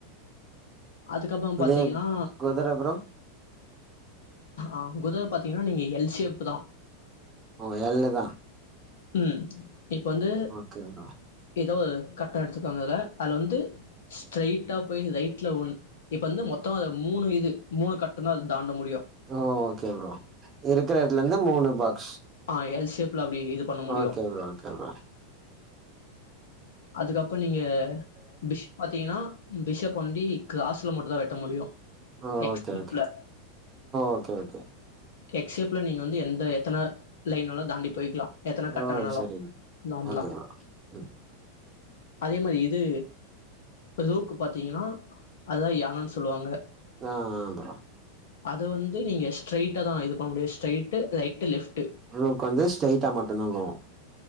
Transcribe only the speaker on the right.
இது
குதிர ப்ரோ
ஒ எள்ளு தா
ஓகே ப்ரோ
ஒ ஓகே ப்ரோ இருக்கிற எடத்துல இருந்து மூணு பாக்ஸ்
ஓகே ப்ரோ ஓகே ப்ரோ
அ
ஓகே
ஓகே ஓகே ஓகே
ஓ
சரிங்க
ஓகே ப்ரோ ம்
அ ப்ரோ
ரோக் வந்து ஸ்டெய்ட்டா மட்டுதா போகும்